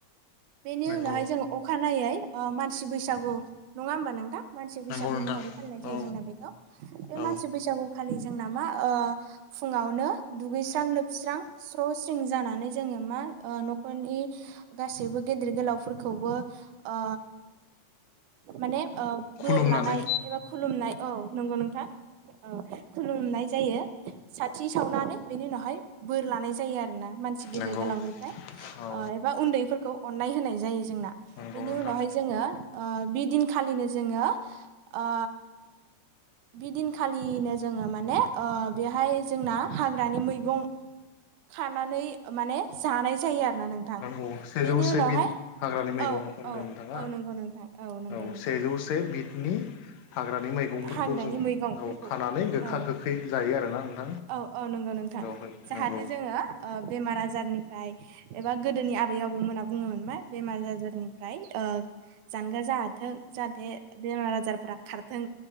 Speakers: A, on the right; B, on the left.
A: बेनि
B: नंगौ
A: उनावहाय जोङो अखानायै मानसि बैसागु नङा होमबा नोंथां मानसि बैसागु
B: नंगौ नोंथां
A: महरै फालिनाय जायो
B: औ
A: जोंना बेखौ बे
B: औ
A: मानसि बैसागु खालि जोंना मा ओ फुङावनो दुगैस्रां लोबस्रां स्र' स्रिं जानानै जोङो मा ओ न'खरनि गासैबो गेदिर गोलावफोरखौबो ओ माने ओ
B: खुलुमनानै
A: बोर लानाय एबा खुलुमनाय औ नंगौ नोंथां औ खुलुमनाय जायो साथि सावनानै बेनि उनावहाय बोर लानाय जायो आरो ना मानसि गेदेर
B: नंगौ
A: गोलावनिफ्राय
B: औ
A: ओ एबा उन्दैफोरखौ अननाय होनाय जायो जोंना
B: नंगौ
A: बेनि
B: नोंथां
A: उनावहाय जोङो बिदिनखालिनो जोङो ओ बिदिनखालिनो जोङो माने ओ बेहाय जोंना हाग्रानि मैगं खानानै माने जानाय जायो आरो ना नोंथां
B: औ सेजौ
A: बेनि
B: से
A: उनावहाय
B: बिद हाग्रानि मैगंखौ
A: औ
B: होनदों
A: औ
B: नोंथाङा
A: औ नंगौ नोंथां नंगौ
B: औ
A: नोंथां
B: सेजौ से बिद हाग्रानि मैगंफोरखौ
A: हाग्रानि
B: जों
A: मैगंफोरखौ
B: खानानै गोखा
A: औ
B: गोखै जायो आरोना
A: औ औ नंगौ नोंथां
B: बेवहाय
A: जाहाथे
B: नंगौ
A: जोङो बेमार आजारनिफ्राय एबा गोदोनि आबै आबौमोना बुङोमोन मा बेमार आजारनिफ्राय जानगार जा थों जाहाथे बेमार आजारफोरा खारथों